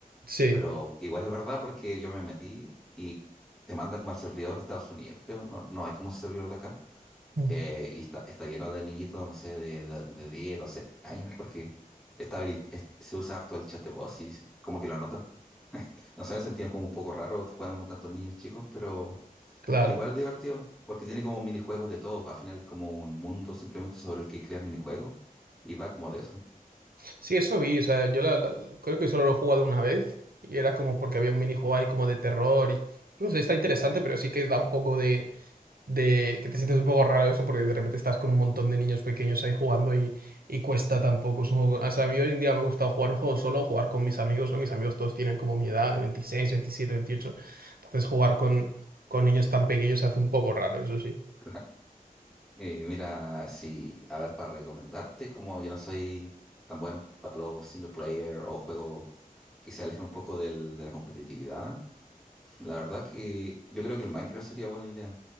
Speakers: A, on the right; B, in the centre.
A: Sí,
B: pero igual es verdad porque yo me metí y te manda como al servidor de Estados Unidos, creo, no, no hay como un servidor de acá,
A: mm,
B: eh, y está, está lleno de niñitos, no sé, de, de, de 10, 12 años, porque está habili- es- se usa harto el chat de voz y como que lo nota. No sé, me sentía como un poco raro jugando con tantos niños chicos, pero...
A: claro.
B: Igual es divertido, porque tiene como minijuegos de todo. Al final es como un mundo simplemente sobre el que creas minijuegos y va como de eso.
A: Sí, eso vi, o sea, yo la- la- creo que solo lo he jugado una vez y era como porque había un minijuego ahí como de terror y... No sé, está interesante, pero sí que da un poco de de que te sientes un poco raro eso, porque de repente estás con un montón de niños pequeños ahí jugando y, y cuesta tampoco. Es un juego- o sea, a mí hoy en día me gusta jugar un juego solo, o jugar con mis amigos, ¿no? Mis amigos todos tienen como mi edad, veintiséis veintisiete veintiocho Entonces jugar con, con niños tan pequeños se hace un poco raro, eso sí.
B: <laughs> Eh, mira, sí, a ver, para recomendarte, como yo no soy tan bueno para los single player o juegos que se alejen un poco del- de la competitividad, La verdad que yo creo que el Minecraft sería buena idea.